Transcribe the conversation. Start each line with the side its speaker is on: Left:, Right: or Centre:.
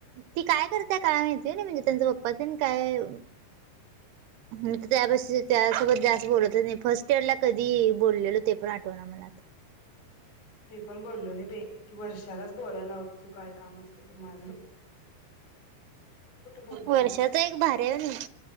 Right: ती काय करत्या काय माहिती होय नई म्हणजे त्यांचा प पप्पा तेन काय मी तर त्यजापशी त्यासोबत जास्त बोलतच नाही, फर्स्ट इयरला कधी बोललेलो ते पण आठवत रामनाथ
Left: मी पण बोललो नाही बई ती वर्षालाच बोलायला लावत हुतो काय काम असलं तर माझं‌.
Right: <unintelligible>
Left: बोलते
Right: वर्षाचं एक भारी हाय होय नाही